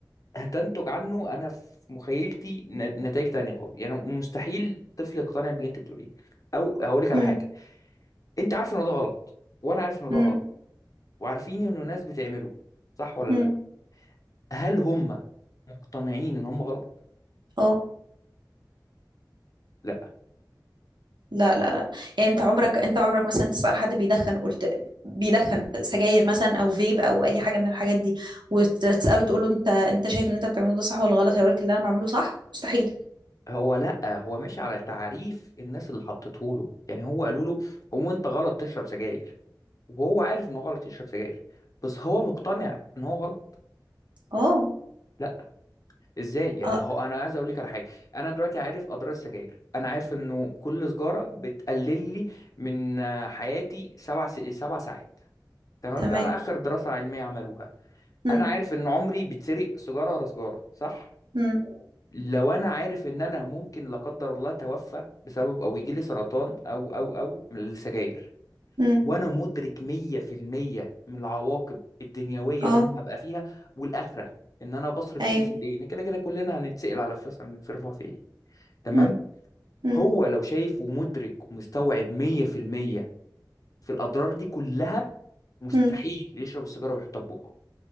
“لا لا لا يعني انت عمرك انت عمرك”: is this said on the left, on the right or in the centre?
Right